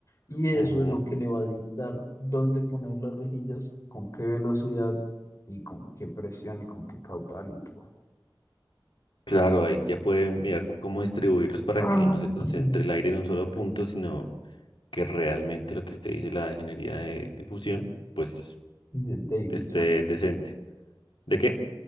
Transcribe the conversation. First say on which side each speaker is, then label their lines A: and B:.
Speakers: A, on the left; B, on the left.
A: Y eso
B: Ujú.
A: es lo que le va a dictar dónde poner las rejillas, con qué velocidad y con qué presión y con qué caudal y todo.
B: Claro, ahí ya pueden mirar cómo distribuirlos para
A: <clears throat>
B: que no se concentre el aire en un solo punto, sino que realmente lo que usted dice, la ingeniería de difusión, pues
A: De, de difusión.
B: esté decente. ¿De qué?